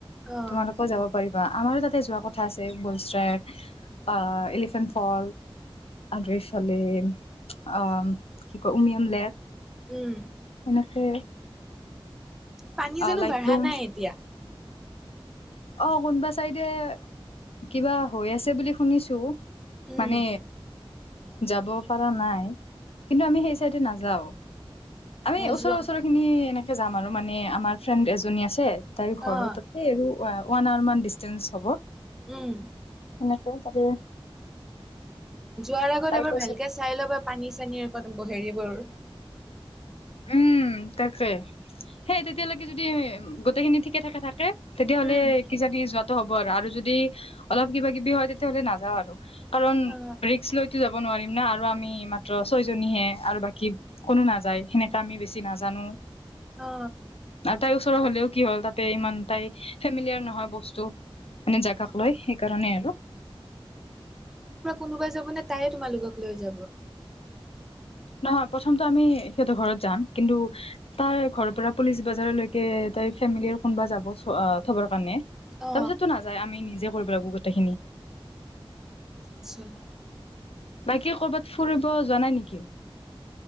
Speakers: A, in the centre; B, on the left.
A: অ
B: তোমালোকে যাব পাৰিবা আমাৰ অ, তাতে যোৱা কথা আছে বুল ষ্ট্ৰেক আহ, এলিফেন ফলছ আৰু এইফালে আ, কি কয় উমিয়ম লেক।
A: উম।
B: সেনেকে।
A: পানী জানো
B: লাইটলুম
A: বাঢ়া নাই এতিয়া
B: অ, 'কোনোবা চাইডে কিবা হৈ আছে বুলি শুনিছো।
A: উম
B: মানে যাব পাৰা নাই কিন্তু আমি সেই চাইডে নাযাও। আমি
A: অ
B: ওচৰে
A: যোৱা
B: ওচৰে খিনি এনেকে যাম আৰু মানে আমাৰ ফ্ৰেণ্ড এজনী আছে তাইৰ ঘৰত
A: অ
B: সেই আৰু ওৱান আৱাৰ মান ডিচতেন্ঞ্চ হ'ব।
A: উম।
B: <unintelligible>
A: যোৱাৰ আগত
B: তাই
A: এবাৰ
B: কৈছে
A: ভালকে
B: কি
A: চাই ল'বা পানী, চানীৰ হেৰিবোৰ
B: উম, তাকে সেই তেতিয়ালৈকে যদি গোটেইখিনি ঠিকে ঠাকে থাকে। তেতিয়াহ'লে
A: উম
B: কিজানি যোৱাতটো হ'ব আৰু আৰু যদি অলপ কিবা কিবি হয় তেতিয়াাহলে নাযাওঁ আৰু কাৰণ
A: অ
B: ৰিক্ক লৈতো যাব নোৱাৰিম না আৰু আমি মাত্ৰ ছয় জনীহে আৰু বাকী কোনো নাযায় সেনেকে আমি বেছি নাজানো
A: অ
B: আৰু তাইৰ ওচৰৰ হলেও কি হ'ল তাতে ইমান তাই ফেমিলিযাৰ নহয় বস্তু মানে জেগাক লৈ সেইকাৰণে আৰু
A: কোনোবাই যাব নে তাই তোমালোকক লৈ যাব।
B: নহয় প্ৰথমটো আমি সিহঁতৰ ঘৰত যাম কিন্তু তাই ঘৰৰ পৰা পুলিচ, বজাৰলৈকে তাই ফেমিলিৰ কোনোবা যাব অ', থবৰ কাৰণে তাৰপিছতটো
A: অ
B: নাযায় আমি নিজে কৰিব লাগিবো গোটেইখিনি
A: আচ্ছা-
B: বাকী কৰবাত ফুৰিব যোৱা নাই নেকি?